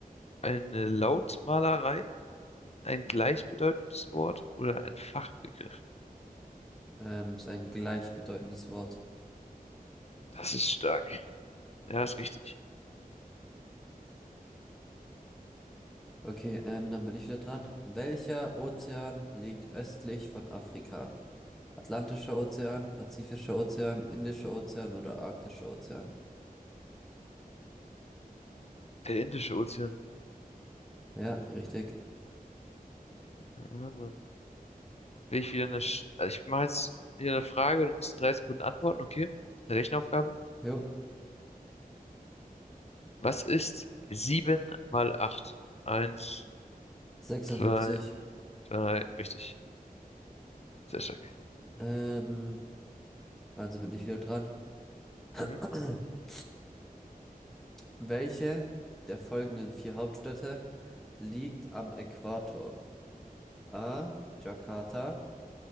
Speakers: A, on the left; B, in the centre.
A: eine Lautmalerei, ein gleichbedeutendes Wort oder ein Fachbegriff?
B: Ähm, ist ein gleichbedeutendes Wort.
A: Das ist stark. Ja, ist richtig.
B: Okay, ähm, dann bin ich wieder dran. Welcher Ozean liegt östlich von Afrika? Atlantischer Ozean, Pazifischer Ozean, Indischer Ozean oder Arktischer Ozean?
A: Der Indische Ozean.
B: Ja, richtig.
A: Ja, dann will ich wieder eine. Sch also ich mache jetzt wieder eine Frage. Du musst in drei Sekunden antworten, okay? Eine Rechenaufgabe.
B: Jo.
A: Was ist 7 mal 8? Eins,
B: 56.
A: zwei, drei. Richtig. Sehr stark.
B: Ähm, also bin ich wieder dran.
A: Mhm.
B: <clears throat> Welche der folgenden vier Hauptstädte liegt am Äquator? A. Jakarta,